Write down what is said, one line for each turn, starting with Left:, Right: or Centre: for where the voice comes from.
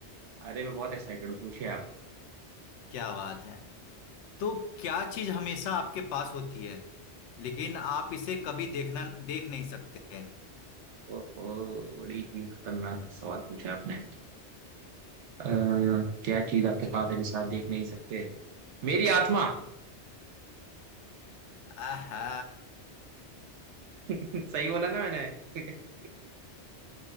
Right: अरे मैं बहुत एक्साइटेड हूँ पूछिए आप
Left: क्या बात है तो क्या चीज़ हमेशा आपके पास होती है लेकिन आप इसे कभी देखना देख नहीं सकते
Right: ओहो बड़ी ही खतरनाक सवाल पूछा आपने अ, क्या चीज आपके पास है जिसे आप देख नहीं सकते मेरी आत्मा
Left: आहा
Right: <laughs> सही बोला ना मैंने <laughs>